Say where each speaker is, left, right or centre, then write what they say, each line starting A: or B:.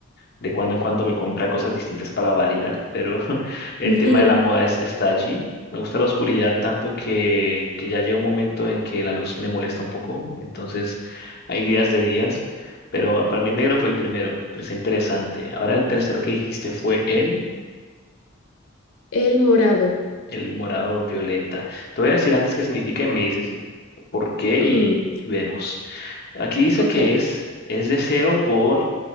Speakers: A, on the left; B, on the left.
A: De cuando en cuando me compra cosas distintas para variar, pero <laughs> el
B: <laughs>
A: tema de la moda es, está allí. Me gusta la oscuridad tanto que, que ya llega un momento en que la luz me molesta un poco. Entonces hay días de días, pero para mí el negro fue el primero, pero está interesante. Ahora el tercero que dijiste fue el,
B: El morado.
A: el morado violeta. Te voy a decir antes qué significa y me dices si, por qué
B: Mm,
A: y vemos. Aquí dice
B: ok.
A: que es, es deseo por...